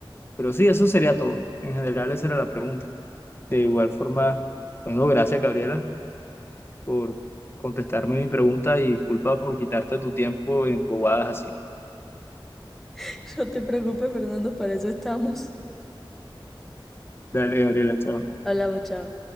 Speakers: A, on the left; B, in the centre.
A: pero sí, eso sería todo. En general, esa era la pregunta. De igual forma, bueno, gracias, Gabriela, por contestarme mi pregunta y disculpa por quitarte tu tiempo en bobadas así.
B: <laughs> No te preocupes, Fernando, para eso estamos.
A: Dale, Gabriela, chao.
B: Hablamos, chao.